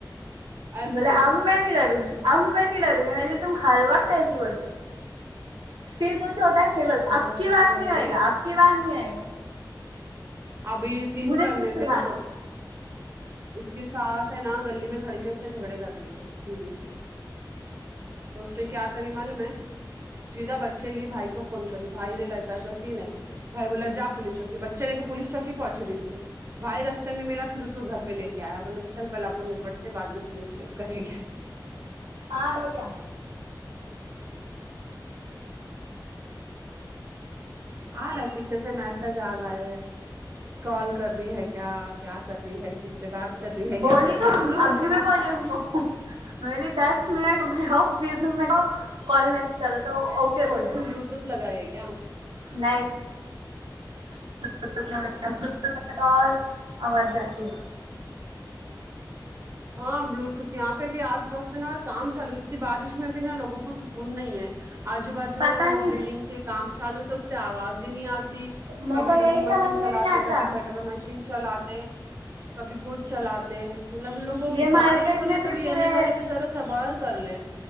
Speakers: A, on the right (about 35°); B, on the right (about 80°).
A: ایسی
B: بولے
A: بولتی
B: اب میں نہیں ڈروں گی اب میں نہیں ڈروں گی میں بولی تم ہر وقت ایسی بولتے پھر کچھ ہوتا ہے پھر بول
A: ہر
B: اب کی
A: ایسی
B: بار
A: کرے
B: نہیں ہوئے
A: گی
B: گا اب کی بار نہیں آئے گا
A: ابھی سین
B: مجھے
A: کر
B: کس
A: دیتے
B: سے
A: نا
B: با ت ہے
A: اس کی ساس ہے نا گلی میں کھڑ کے اس سے جھگڑے کر رہی تھی دیدی سے تو اس نے کیا کری معلوم ہے سیدھا بچے لی بھائی کو فون کری بھائی دیکھ ایسا ایسا سین ہے بھائی بولا جا پولیس س بچے لے کے پولیس چوکی پہنچ رہی تھی بھائی رستے میں ملا پھر اس کو گھر پ پہ لے کے آیا بولے چل پہلے اپن نپٹتے ہیں بعد میں پولیس کیس کریں گے
B: ہارڈ ہوگیا
A: آ رہا ہے پیچھے سے میسج آ لا ہے کال کر رہی ہے کیا کیا کر رہی ہے کس سے بات کر رہی ہے
B: بولی
A: کیا اس کا
B: تو
A: چالوں
B: ابھی
A: ہو جا
B: <inaudible> میں بو لی دس منٹ رک جاؤ پھر تم میکو کال میچ کرو تو اوکے بولے
A: اچھا تم بلوتوتھ لگائے کیا
B: نہیں اس میں
A: ہاں
B: تو اور آواز جاتی ہے
A: ہاں بلوتوتھ یہاں پہ بھی آس پاس میں نا کام چالو اتنی بارش میں بھی نا لوگوں کو سکون نہیں ہے آجو بازو
B: پتا
A: میں وہ
B: نہیں
A: بلڈنگ کے کام چالو تو اس سے آواز ہی نہیں آ تی
B: میرے
A: کبھی
B: کو
A: ڈرل
B: یہی سمجھ
A: مشین چلاتے
B: میں نہیں آتا
A: کبھی کٹر مشین چلاتے کبھی کچھ چلاتے مطلب ان لوگ کو
B: یہ مارکیٹ
A: بارش ہو رہی
B: میں
A: ہے تو بھی یہ
B: پورے
A: نہیں کر رہے کہ ذرا صبر کر لے